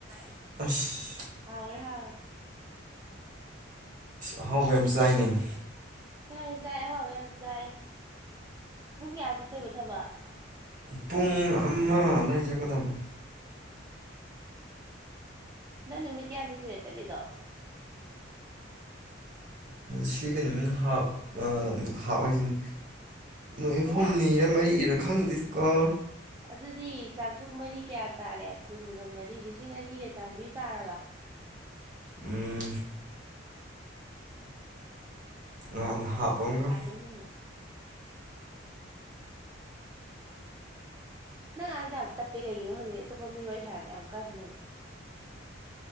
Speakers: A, on the right (about 40°); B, on the right (about 20°).
A: ꯑꯁ
B: ꯍꯔꯦ ꯍꯥꯏꯥꯎꯔꯦ
A: ꯑꯍꯥꯎꯕ ꯌꯥꯝ ꯆꯥꯏꯅꯩ
B: ꯆꯥꯏ ꯆꯥꯏ ꯑꯍꯥꯎꯕ ꯌꯥꯝ ꯆꯥꯏ ꯄꯨꯡ ꯀꯌꯥ ꯆꯠꯇꯣꯏꯕ ꯊꯕꯛ
A: ꯄꯨꯡ ꯑꯃ ꯑꯗꯨꯋꯥꯏ ꯆꯠꯀꯗꯝꯕ
B: ꯅꯪ ꯅꯨꯃꯤꯠ ꯀꯌꯥꯅꯤ ꯁꯨꯅ ꯆꯠꯂꯤꯗꯣ
A: ꯁꯤ ꯀꯩꯅꯣꯃꯤꯅꯞ ꯍꯥꯞ ꯍꯥꯏꯁꯤꯅꯤ ꯃꯣꯏ
B: ꯀꯌꯥ
A: ꯍꯨꯝꯅꯤꯔ ꯃꯔꯤꯔ ꯍꯪꯗ ꯀꯔ
B: ꯑꯗꯨꯗꯤ ꯆꯥꯇ꯭ꯔꯨꯛ ꯃꯔꯤ ꯀꯌꯥ ꯇꯥꯔꯦ ꯀꯨꯟꯒ ꯃꯔꯤ ꯂꯤꯁꯤꯡ ꯑꯅꯤꯒ ꯆꯥꯃꯔꯤ ꯇꯥꯔꯕ
A: ꯎꯝ ꯅꯍꯥꯟ ꯍꯥꯞꯄ
B: ꯌꯥꯝꯝ
A: ꯑꯃꯒ
B: ꯇꯂꯦꯅꯦ ꯅꯪ ꯍꯥꯏꯗ ꯌꯥꯝ ꯇꯞꯄꯤ ꯀꯩꯒꯤꯅꯣ ꯍꯣꯅꯩ ꯑꯇꯣꯞꯄ ꯃꯤꯑꯣꯏ ꯍꯥꯏꯔꯅ ꯌꯥꯝ ꯀꯟꯕꯅꯦ